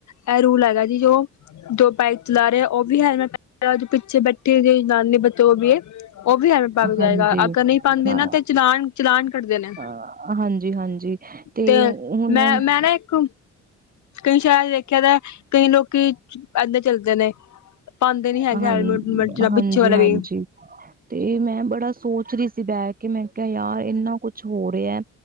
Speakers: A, on the left; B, on the right.
A: ਐਹ ਰੂਲ ਹੈਗਾ ਜੀ ਜੋ, ਜੋ ਬਾਈਕ ਚਲਾ ਰਿਹਾ ਉਹ ਵੀ ਹੈਲਮੇਟ ਤੇ ਆ ਜੋ ਪਿੱਛੇ ਬੈਠੇ ਹੋ ਨਾਨੀ ਬੱਚੇ ਉਹ ਵੀ ਏ, ਉਹ ਵੀ ਹੈਲਮੇਟ ਪਾਕੇ ਜਾਏਗਾ।
B: ਹਾਂਜੀ
A: ਅਗਰ ਨਹੀਂ
B: ਹਾਂ
A: ਚਲਾਣ-ਚਲਾਣ ਕੱਟ ਦੇਨਾਂ।
B: ਅ ਹਾਂਜੀ ਹਾਂਜੀ
A: ਤੇ
B: ਹੁਣ
A: ਮੈਂ-ਮੈਂ ਨਾ ਇੱਕ ਕਈ ਸ਼ਹਿਰਾ 'ਚ ਦੇਖਿਆ ਦਾ, ਕਈ ਲੋਕੀ ਐਦਾਂ ਚੱਲਦੇ ਨੇ। ਪਾਂਦੇ ਨੀ ਹੈਗੇ
B: ਹਾਂ
A: ਹੈਲਮੇਟ
B: ਹਾਂਜੀ
A: <unintelligible> ਪਿੱਛੇ ਵਾਲਾ
B: ਹਾਂਜੀ
A: ਵੀ।
B: ਤੇ ਮੈਂ ਬੜਾ ਸੋਚ ਰੀ ਸੀ, ਬੈ ਕੇ ਮੈਂ ਕਿਆ ਯਾਰ ਇੰਨਾ ਕੁਛ ਹੋ ਰਿਆ